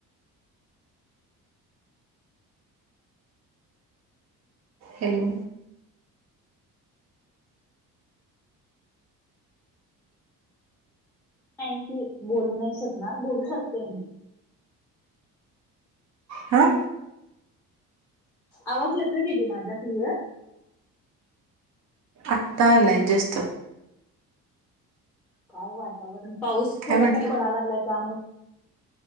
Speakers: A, on the right; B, in the centre.
A: हॅलो.
B: <unintelligible> की, बोलू नाय शकणार बोलू शकते मी.
A: हा
B: आवाज येतोय दीदी माझा क्लिअर?
A: आत्ता आलाय जस्ट.
B: काय वातावरण पाऊस थोडासा
A: काय म्हंटलं?
B: पडा लागलाय त्यामुळ